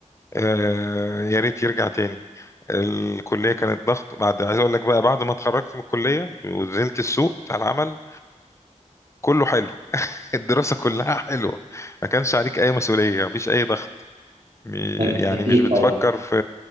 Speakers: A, on the left; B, on the right.
A: آه، يا ريت يرجع تاني الكلية كانت ضغط بعد عايز اقول لك بقى بعد ما اتخرجت من الكلية ونزلت السوق بتاع العمل كله حلو <laughs> الدراسة كلها حلوة ما كانش عليك اي مسؤولية مفيش اي ضغط م-
B: أك-
A: يعني
B: اكيد
A: مش بتفكر
B: طبعا
A: في